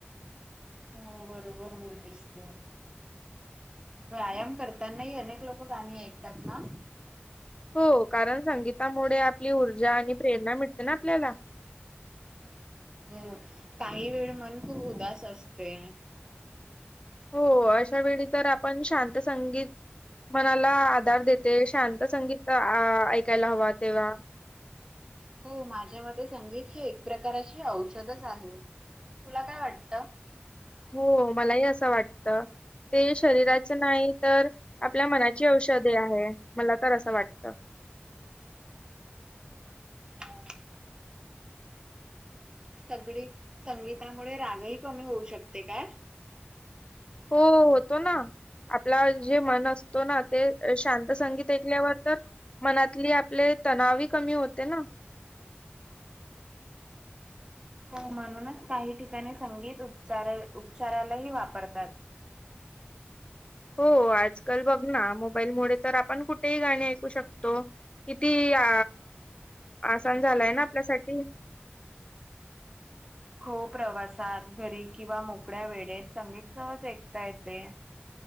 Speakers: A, on the right (about 20°); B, on the left (about 25°).
A: हा बरोबर बोललीस तु. व्यायाम करताना ही अनेक लोक गाणी ऐकतात ना?
B: हो कारण संगीतामुळे आपली ऊर्जा आणि प्रेरणा मिळते ना आपल्याला.
A: हो काही वेळ मन खूप उदास असतय
B: हो अशा वेळी तर आपण शांत संगीत मनाला आधार देते शांत संगीत ऐकायला हवा तेव्हा,
A: हो माझ्या मते संगीत हे एक प्रकारचे औषधच आहे, तुला काय वाटतं?
B: हो मलाही असं वाटत. ते शरीराच नाही तर आपल्या मनाची औषधे आहे, मला तर असं वाटतं.
A: हा सगळी संगीतामुळे राग ही कमी होऊ शकते काय?
B: हो होतो ना आपला जे मन असतो ना ते शांत संगीत ऐकल्यावर तर मनातले आपले तणाव हि कमी होते ना. <inaudible>
A: हो म्हणूनच काही ठिकाणी संगीत उपचार उपचारालाही वापरतात.
B: हो आजकाल बघ ना मोबाईल मुळे तर आपण कुठेही गाणे ऐकू शकतो. किती अ आसान झालाय ना आपल्यासाठी
A: हो प्रवासात घरी किंवा मोकळ्या वेळेत चागली संगीत सहज ऐकता येते